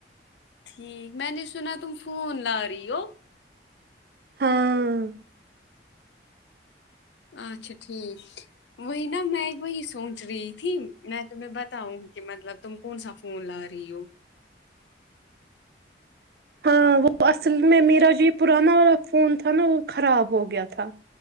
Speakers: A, on the left (about 75°); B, on the right (about 55°).
A: ٹھیک میں نے سنا تم فونون لا رہی ہو
B: ہاں
A: اچھا ٹھیک وہی نا میں وہی سوچ رہی تھی میں تمہیں بتاؤں کہ مطلب تم کون سا فون لا رہی ہو
B: ہاں وہ اصل میں میرا جو پراناا فون تھا نا وہ خراب ہو گیا تھا